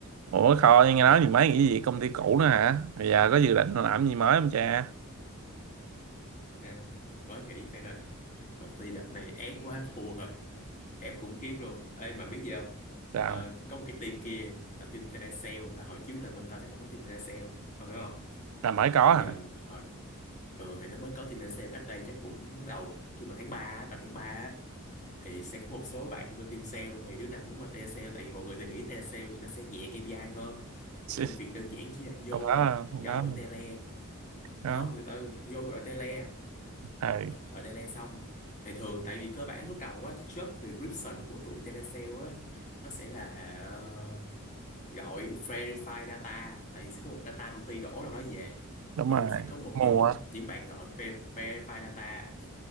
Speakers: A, on the right (about 70°); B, on the left (about 35°).
A: Ủa Khôi nghe nói thì mới nghỉ việc công ty cũ nữa hả? Bây giờ có dự định làm gì mới không cha?
B: Ha, mới nghỉ Phan ơi công ty đợt này ép quá thua rồi ép khủng khiếp luôn ê mà biết gì không
A: Sao?
B: Ờ, có một cái team kia là team telesale là hồi trước là bên tao sẽ không có team telesale không hiểu không
A: Là mới
B: Rồi
A: có
B: bây
A: hả?
B: giờ hồi ừ thì nó mới có team telesale cách đây chắc cũng đầu chung là tháng 3 tầm tháng 3 thì sẽ có một số bạn bên team sale thì đứa nào muốn qua telesale tại vì mọi người thì nghĩ telesale thì nó sẽ nhẹ KPI hơn
A: Chứ,
B: thì công việc đơn giản chỉ là vô
A: Không có, không
B: gọi
A: có, không
B: tele
A: có.
B: không người ta vô gọi tele
A: Ừ,
B: gọi gọi tele xong thì thường tại vì cơ bản lúc đầu á cái job description của tụi telesale á nó sẽ là ờ, gọi verify data tại vì sẽ có một data công ty đổ đâu đó về
A: đúng
B: thì
A: rồi.
B: sẽ có một
A: Mua.
B: những những bạn gọi ver- verify data